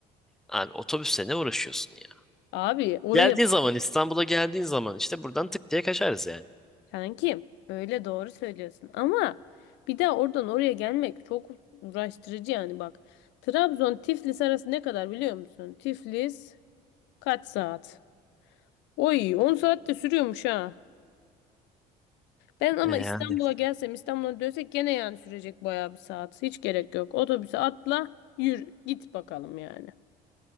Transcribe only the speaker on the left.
Abi oraya
Kankim öyle doğru söylüyorsun ama bir daha oradan oraya gelmek çok uğraştırıcı yani bak. Trabzon Tiflis arası ne kadar biliyor musun? Tiflis kaç saat? Oy 10 saat de sürüyormuş ha. Ben ama
İstanbul'a gelsem İstanbul'a dönsek gene yani sürecek bayağı bir saat. Hiç gerek yok. Otobüse atla yürü git bakalım yani.